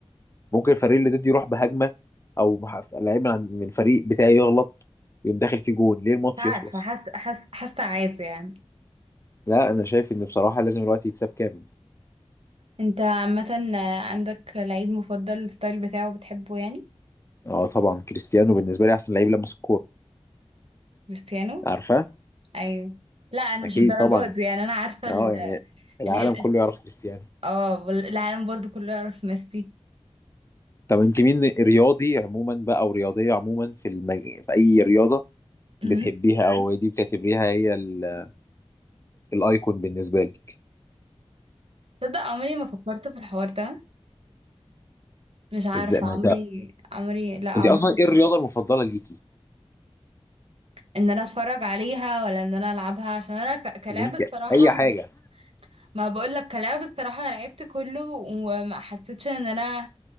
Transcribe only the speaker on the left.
ممكن الفريق اللي ضدي يروح بهجمه او مح- لعيب من عند- من الفريق بتاعي يغلط يقوم داخل فيه جول ليه الماتش
يخلص
لا انا شايف ان بصراحه لازم الوقت يتساب كامل
اه طبعا كريستيانو بالنسبه لي احسن لعيب لمس الكوره
عارفه
اكيد
طبعا
اه يعني العالم
كله يعرف كريستيانو
طب انت مين رياضي عموما بقى او رياضيه عموما في المج... في اي رياضه
بتحبيها او دي بتعتبريها هي ال... الايكون بالنسبه لك
ازاي ما
انت
انت اصلا ايه الرياضه المفضله ليكي
اللي انت
اي
حاجه